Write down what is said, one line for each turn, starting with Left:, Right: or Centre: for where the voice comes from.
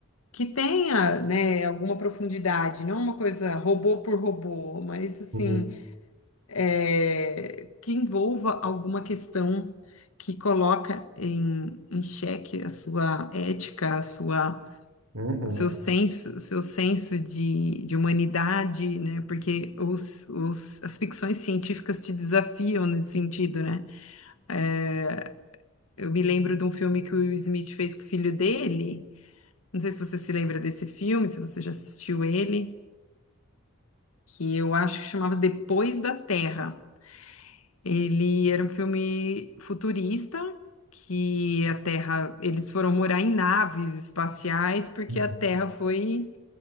Left: que tenha, né, alguma profundidade, não uma coisa robô por robô, mas assim,
Right: uhum,
Left: é, que envolva alguma questão que coloca em, em xeque a sua ética, a sua
Right: uhum, uhum,
Left: o seu senso, o seu senso de, de humanidade, né? Porque os, os, as ficções científicas te desafiam nesse sentido, né? É, eu me lembro de um filme que o Will Smith fez com o filho dele. Não sei se você se lembra desse filme, se você já assistiu ele, que eu acho que chamava Depois da Terra. Ele era um filme futurista. Que a Terra, eles foram morar em naves espaciais porque
Right: uhum,
Left: a Terra foi